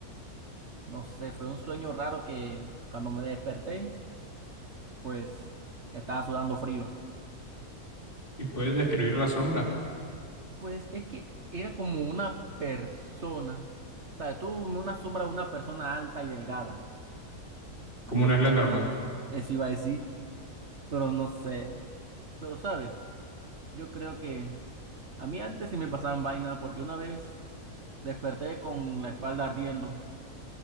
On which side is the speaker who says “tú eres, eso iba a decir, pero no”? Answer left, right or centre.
Right